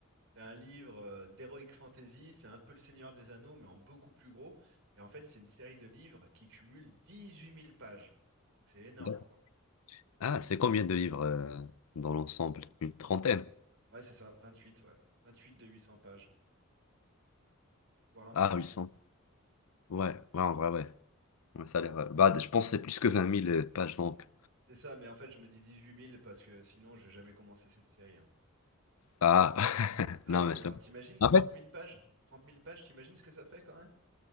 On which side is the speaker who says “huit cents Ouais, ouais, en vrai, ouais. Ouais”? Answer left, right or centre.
Left